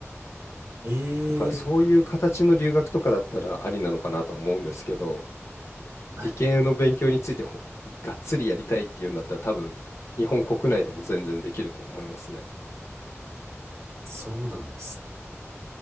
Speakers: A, on the right; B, on the left.
A: ええ、
B: だからそういう形の留学とかだったらありなのかなとは思うんですけど、
A: はい。
B: 理系の勉強についてほがっつりやりたいっていうんだったら多分日本国内でも全然できると思いますね。
A: そうなんです。